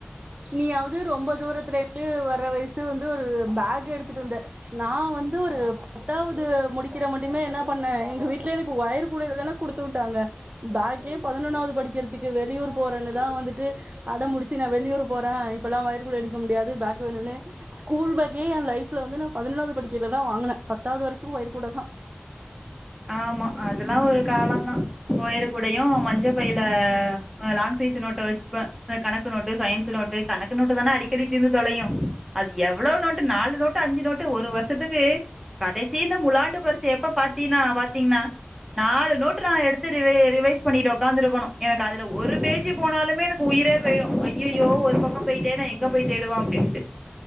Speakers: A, on the right; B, in the centre.
A: நீயாவது ரொம்ப தூரத்துலந்து வர்ற வயசு வந்து ஒரு பேக் எடுத்துட்டு வந்தேன் நான வந்து ஒரு பத்தாவது முடிக்கிற மட்டி தீடீர் என்ன பண்ண எங்க வீட்டுல எனக்கு ஓயர்க்கூடதான் என கொடுத்து விட்டாங்க பாக்கி பதினொன்னாவது படிக்கிறதுக்கு வெளியூர் போறேன்னுதான் வந்துட்டு அட முடிச்சு ந வெளியூர் போறேன் இப்ல்லாம் ஓயர்க்கூடதான் எடுக்க முடியாது பேக் வேணும்னு ஸ்கூல் பேக்கே என் லைஃப்ல வந்து நான பதினொன்னாவது படிக்கிலதான் வாங்கினேன் பத்தாவது வரைக்கும் ஓயர்க்கூடதான்
B: ஆமா அதெல்லாம் ஒரு காலம்தான் ஒயறு குடயும் மஞ்ச பையில லாங் சைஸ் நோட்ட வச்சுப்பேன் கணக்கு நோட்டு சயின்ஸ் நோட்டு கணக்கு நோட்ட தானே அடிக்கடி தீர்ந்து தொலையும் அது எவ்வளவு நோட்டு நாலு நோட்டு அஞ்சு நோட்டு ஒரு வருஷத்துக்கு கடசி இந்த முலாண்டு பரட்சை எப்ப பா பத்தனா பாத்தீங்கன்னா நாலு நோட்டு் நான் எடுத்து ரிவைஸ் பண்ணிட்டு உக்காந்துருக்கணும் எனக்கு அதுல ஒரு பேஜி போனாலுமே எனக்கு உயிரே போயிடும் ஐயோ ஒரு பக்கம் போயிட்டேன்னா எங்க போய் தேடுவான் அப்டின்ட்டு